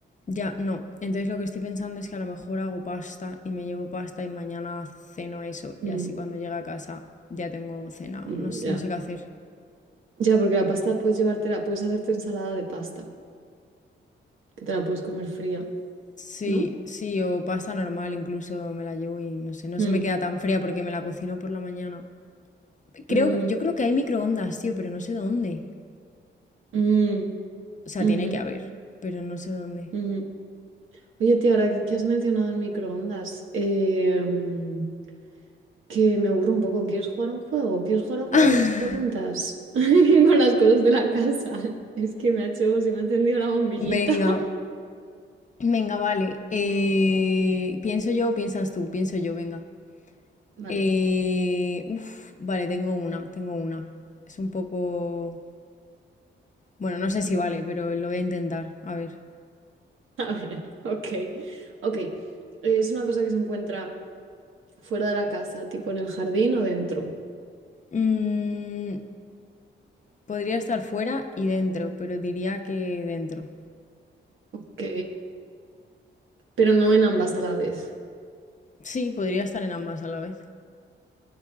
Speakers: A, on the left; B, on the right.
A: Ya, no. Entonces lo que estoy pensando es que a lo mejor hago pasta y me llevo pasta y mañana ceno eso
B: mm,
A: y así cuando llegue a casa ya tengo cenado.
B: mm,
A: No, sé-
B: ya.
A: no sé qué hacer.
B: Ya, porque la pasta puedes llevártela, puedes hacerte ensalada de pasta, que te la puedes comer fría,
A: Sí,
B: ¿no?
A: sí, o pasta normal incluso me la llevo y no sé, no
B: Mm,
A: se me queda tan fría porque me la cocino por la mañana.
B: mm,
A: Creo, yo creo que hay microondas, tío, pero no sé dónde.
B: mm,
A: O sea,
B: ujú,
A: tiene que haber, pero no sé dónde.
B: ujú. Oye, tío, ahora que has mencionado el microondas, eh, mm, que me aburro un poco. ¿Quieres jugar a un juego? ¿Quieres jugar al juego
A: <laughs>
B: de las preguntas? <laughs> Con las cosas de la casa. <laughs> Es que me ha hecho, se me ha encendido la bombillita.
A: Venga,
B: <laughs>
A: venga, vale. Eh, pienso yo, o piensas tú, pienso yo, venga.
B: Vale,
A: Eh, uf, vale, tengo una, tengo una. Es un poco... Bueno, no sé si vale, pero lo voy a intentar. A ver.
B: a ver, <laughs> ok. Ok, es una cosa que se encuentra fuera de la casa, tipo en el jardín o dentro.
A: Mm, podría estar fuera y dentro, pero diría que dentro.
B: Ok, pero no en ambas a la vez.
A: Sí, podría estar en ambas a la vez.